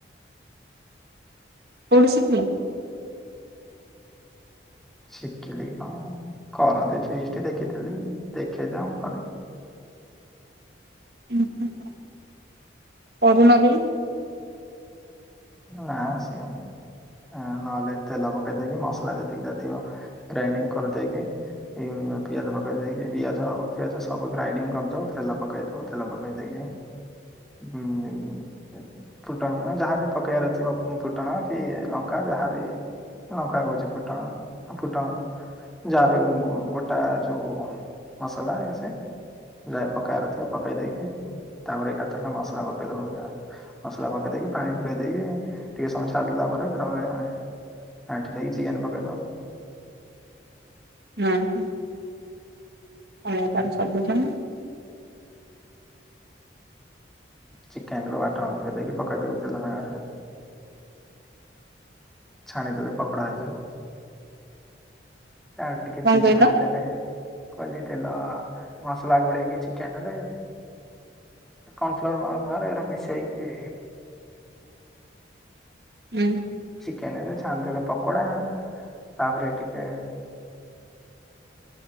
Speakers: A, on the right; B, in the centre.
A: କୋଉଠି ଶିଖିଲ?
B: ଶିଖିଲି କଣ କରନ୍ତି ଫିସ୍ଟି ଦେଖିଥିଲି ଦେଖେ ଯୋଉଁ ମୁଁ କଲିନି।
A: ଓହୋ। କରୁନ କେଇ।
B: ନା ଆସିବନି। ଅଁ, ନହେଲେ ତେଲ ପକେଇ ଦେଇକି ମସଲା ଯେତିକି ଯା ଥିବ ଗ୍ରାଇଣ୍ଡିଙ୍ଗ କରିଦେଇକି ଏଇ ଯୋଉ ପିଆଜ ପକେଇ ଦେଇକି। ବିଆଜ ଆଉ ପିଆଜ ସବୁ ଗ୍ରାଇଡିଙ୍ଗ କରିଦବୁ। ତେଲ ପକେଇ ଦବୁ, ତେଲ ପକେଇ ଦେଇକି କ ଗୁଁ ଏଇ ଏ <unintelligible> ଫୁଟଣ ଫୁଟଣ ଯାହା ବି ପକେଇବାର ଅଛି ଅଳ୍ପ ଫୁଟଣ କି ଲଙ୍କା ଯାହାବି ଲଙ୍କା କହୁଚି ଫୁଟଣ ଫୁଟଣ ଯାହା ବି ଗୋଟା ଯୋଉ ମସଲା ଏସେ ଯା ପକାର ଥିବ ପକେଇ ଦେଇକି ତାପରେ ଏକାଥରକରେ ମସଲା ପକେଇ ଦବ ମସଲା ପକେଇ ପେଇକି ପାଣି ପୁରେଇ ଦେଇକି ଟିକେ ସମୟ ଛାଡିଦେଲା ପରେ ତାପରେ ଘାଣ୍ଟି ଦେଇକି ଚିକେନ ପକେଇଦଉ
A: <inaudible> ହୁଁ, ଆପଣଙ୍କୁ ତାହାଲେ ସବୁ ଜଣା।
B: ଚିକେନ ର ବାଟଣ ଗୋଳେଇ ଦେଇକି ପକେଇ ଦଉ ତେଲ ରେ ଛାଣିଦେଲେ ପକୋଡା ହେଇଯିବ। ତାଉ ଟିକେ
A: କଣ
B: ଚିଲି
A: କହିଲ
B: ମାରିଦେଲେ କହଲି ତେଲ ମସଲା ଗୋଳେଇକି ଚିକେନ ରେ କଣ ଫ୍ଲୋର <unintelligible> ରେ ଏଟା ମିଶଇକୀ
A: ହୁଁ।
B: ଚିକେନରେ ଆନ୍ଦେଲେ ପକୋଡ଼ା ତାପରେ ଟିିକେ